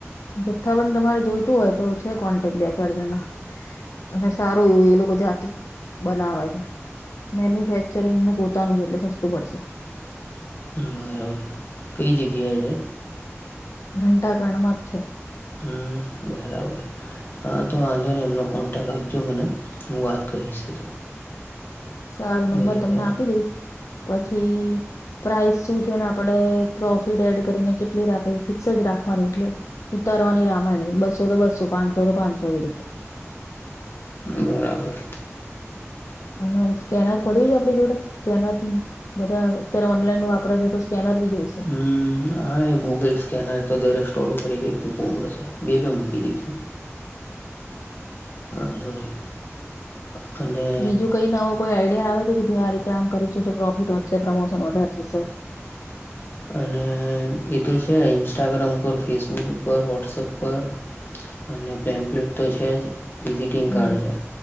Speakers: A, on the left; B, on the left.
A: જથ્થાબંધ તમારે જોઈતું હોય તો. છે કોન્ટેક્ટ બે ચાર જણના અને સારું એવું એ લોકો જાતે બનાવે છે. મેન્યુફેક્ચરિંગનું પોતાનું છે એટલે સસ્તુ પડશે.
B: બરાબર કઈ જગ્યા છે.
A: ઘંટા ઘણમાં જ છે.
B: હમ બરાબર. હા તો વાંધો ને એમનો કોન્ટેક્ટ આપજો મને હું વાત કરીશ ઇ તો.
A: સારું
B: બરાબર
A: નંબર તમને આપી દઈશ પછી. પ્રાઇસ શું છે ને આપણે પ્રોફિટ એડ કરીને કેટલી રાખે ફિક્સ જ રાખવાની એટલે ઉતારવાની રામાયણ બસો તો બસો પાંચસો તો પાંચસો એ રીતે.
B: બરાબર.
A: અને સ્કેનર પડ્યું આપણી જોડે સ્કેનર. બધા અત્યારે ઓનલાઈન વાપરે છે તો સ્કેનર બી જોઈશે.
B: હું. હા એ ગૂગલ સ્કેનર તો દરેક સ્ટોલ ઉપર એક એક મૂકવો પડશે બે બે મૂકી દઈશું. વાઘો ન‌ઈ. કને.
A: બીજું કઈ નવો કોઈ આઈડિયા આવે છે કે ભ આ રીતે આમ કરીશું તો પ્રોફિટ વધશે પ્રમોશન વધારે શે સર.
B: અને એ તો છે ઇન્સ્ટાગ્રામ ઉપર ફેસબુક ઉપર વોટ્સપ પર. અને પ્લેમ્પ્લેટ તો છે જ વિઝિટિંગ કાર્ડ
A: હમ
B: છે.